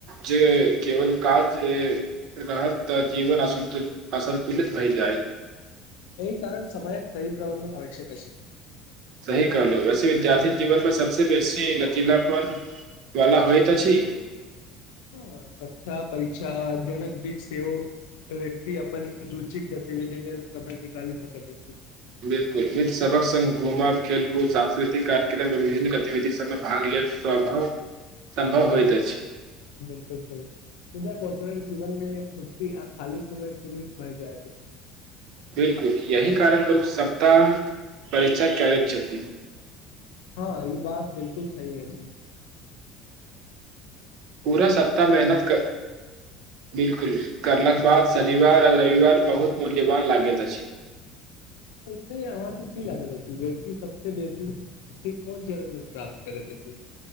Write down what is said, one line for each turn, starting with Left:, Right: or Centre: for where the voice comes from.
Right: जे केवल काज रहत जीवन असंतुलित। असन्तुलित भय जायत।
Left: एहि कारण समयक सही प्रबंधन आवश्यक अछि।
Right: सही कहलहुं, वैसे विद्यार्थी जीवन मे सबसे बेसी लचीलापन वला होइत अछि।
Left: हां, शिक्षा, परीक्षा, अध्ययनक बीच सेहो व्यक्ति अपन रुचिक गतिविधि लेल समय निकालि सकैत अछि।
Right: बिलकुल, मित्र सभक संग घुमब, खेलकूद, सांस्कृतिक कार्यक्रम मे विभिन्न गतिविधि सबमे भाग लेल संभव, सम्भव होइत अछि।
Left: बिलकुल छै, मुदा कॉर्पोरेट जीवन मे शि आ खाली समय सीमित भय जाइत अछि।
Right: बिलकुल, एहि कारण लोक सप्ताह परीक्षा करैत छथि।
Left: हां, इ बात बिलकुल सही अछि।
Right: पुरा सप्ताह मेहनत कर, बिलकुल, करलाक बाद शनिवार आ रविवार बहुत मूल्यवान लागैत अछि।
Left: ऐसे अहांके कि लागैत अछि व्यक्ति सबसे बेसी कोन चरण मे प्राप्त करैत अछि